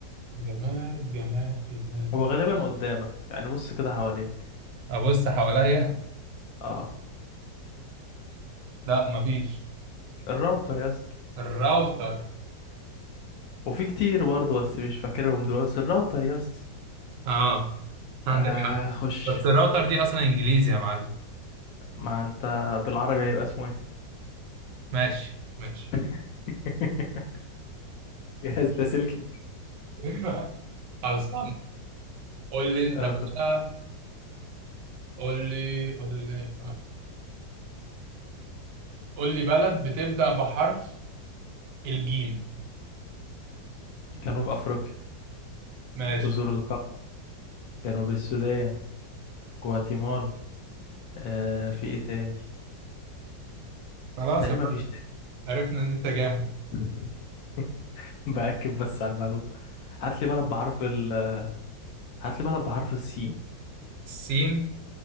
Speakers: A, on the right; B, on the left.
A: جماد جماد جماد
B: هو غالبا قدامك يعني بص كده حواليك
A: ابص حواليا
B: اه
A: لا مفيش
B: الراوتر يا اسطى
A: الراوتر
B: وفي كتير برضه بس مش فاكرهم دلوقتي بس الراوتر يا اسطى
A: اه عندك
B: آه
A: حق
B: خش
A: بس الراوتر دي اصلا انجليزي يا معلم
B: ما انت بالعربي هيبقى اسمه ايه
A: ماشي ماشي
B: <laughs> جهاز لاسلكي
A: <laughs> خلاص قول لي انت
B: آه
A: بقى
B: خش.
A: قول لي قول لي قول لي بلد بتبدأ بحرف الجيم
B: جنوب افريقيا
A: ماشي
B: جزر القمر جنوب السودان جواتيمالا آه في ايه تاني
A: خلاص
B: تقريبا
A: يا معلم
B: مفيش
A: عرفنا ان انت جامد
B: تاني <laughs> باكد بس على المعلومه هات لي بلد بحرف ال هات لي بلد بحرف السين
A: السين